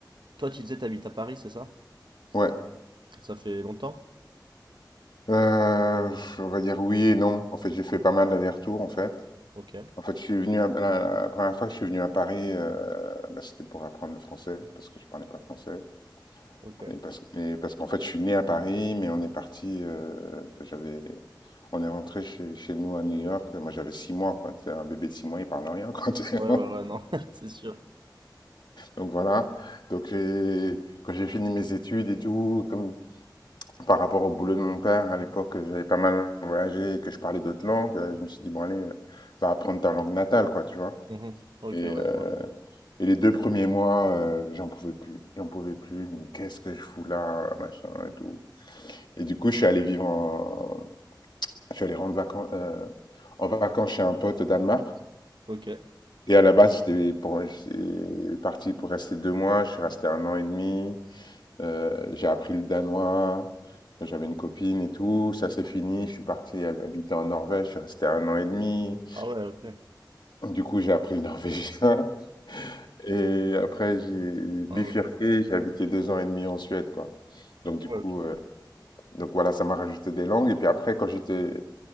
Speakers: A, on the right (about 80°); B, on the left (about 70°).
A: toi, tu disais, t'habites à Paris, c'est ça?
B: ouais.
A: Ça fait longtemps?
B: Euh, on va dire oui et non. En fait, j'ai fait pas mal d'allers-retours, en fait.
A: Ok,
B: En fait, je suis venu à- la, la première fois que je suis venu à Paris, euh, bah, c'était pour apprendre le français parce que je parlais pas français
A: ok.
B: et parce, et parce qu'en fait, je suis né à Paris, mais on est parti. euh, j'avais, on est rentré chez, chez nous à New York. Moi, j'avais six mois, quoi. T'sais, Un bébé de six mois, il parle rien, quoi. <laughs> t'sais.
A: Ouais, bah ouais, non, <laughs> c'est sûr.
B: Donc voilà. Donc j'ai, quand j'ai fini mes études et tout, comme par rapport au boulot de mon père à l'époque, j'avais pas mal voyagé, et que je parlais d'autres langues. euh, Je me suis dit bon allez, euh, va apprendre ta langue natale, quoi, tu vois.
A: Mhm. Ok,
B: Et
A: ouais,
B: euh,
A: je vois.
B: Et les deux premiers mois, euh, j'en pouvais plus. J'en pouvais plus. Mais qu'est-ce que je fous là, machin et tout. Et du coup, je suis allé vivre en, je suis allé rendre vacances, en vacances chez un pote au Danemark.
A: Ok.
B: Et à la base, j'étais pour, j'étais parti pour rester deux mois. Je suis resté un an et demi. Euh, j'ai appris le danois. J'avais une copine et tout. Ça s'est fini. Je suis parti hab- habiter en Norvège. Je suis resté un an et demi.
A: Ah ouais, ok.
B: Du coup, j'ai appris le norvégien. <laughs> Et après, j'ai bifurqué.
A: Ah ouais,
B: J'ai habité deux ans et demi en Suède, quoi. Donc du
A: ouais,
B: coup,
A: ok.
B: euh, donc voilà, ça m'a rajouté des langues. Et puis après, quand j'étais,